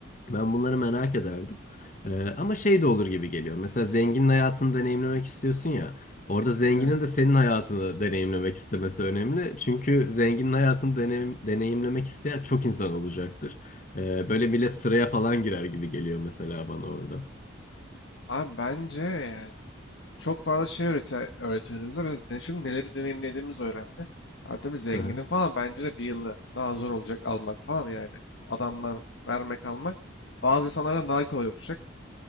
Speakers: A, on the left; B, on the left.
A: Ben bunları merak ederdim. Ee, ama şey de olur gibi geliyor. Mesela zenginin hayatını deneyimlemek istiyorsun ya. Orada zenginin
B: evet.
A: de senin hayatını deneyimlemek istemesi önemli. Çünkü zenginin hayatını deneyim- deneyimlemek isteyen çok insan olacaktır. Ee, böyle millet sıraya falan girer gibi geliyor mesela bana orada.
B: Abi bence yani çok fazla şey öğretir, öğretirdi bize. Biz ne, çünkü neleri deneyimlediğimiz önemli. Abi tabii zenginin
A: Hı hı,
B: falan bence de bir yılı daha zor olacak almak falan yani. Adamdan vermek almak bazı insanlardan daha kolay olacak.